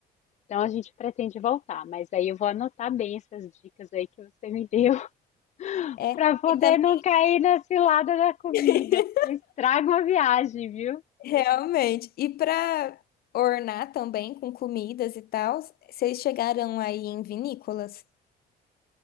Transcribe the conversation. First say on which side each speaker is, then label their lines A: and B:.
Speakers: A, on the left; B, on the left.
A: Então a gente pretende voltar, mas aí eu vou anotar bem essas dicas aí que você me deu <laughs>
B: é
A: para poder
B: e também
A: não cair na cilada da comida,
B: <laughs>
A: porque estraga a viagem, viu?
B: realmente. E para ornar também com comidas e tal, vocês chegaram aí em vinícolas